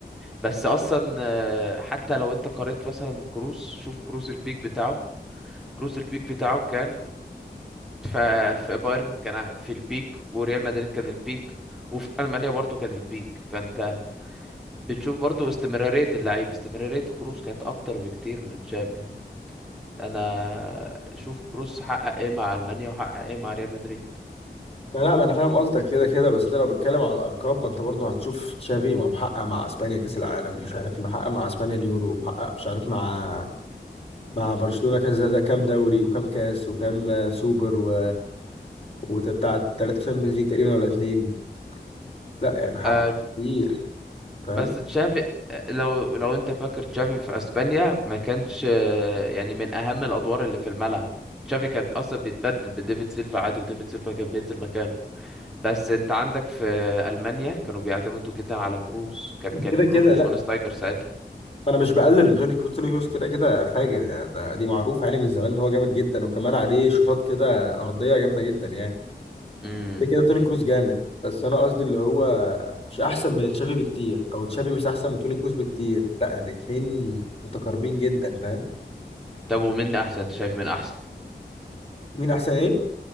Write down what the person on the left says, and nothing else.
ما لا ما انا فاهم قصدك كده كده بس انت لو بتتكلم على الارقام ما انت برضه هتشوف تشافي ما محقق مع اسبانيا كاس العالم مش عارف محقق مع اسبانيا اليورو محقق مش عارف مع مع برشلونه كذا ده كام دوري وكام كاس وكام آه، سوبر و وبتاع ثلاثه تشامبيونز ليج تقريبا ولا اتنين لا يعني محقق
كتير فاهم
كده
كده
لا
انا مش بقلل من توني كروس توني كروس كده كده فاجر ده, ده دي معروف يعني من زمان ان هو جامد جدا وكمان عليه شوطات كده ارضيه جامده جدا يعني
ده كده توني كروس جامد بس انا قصدي اللي هو مش احسن من تشافي بكتير او تشافي مش احسن من توني كروس بكتير لا الاتنين متقاربين جدا فاهم
مين احسن ايه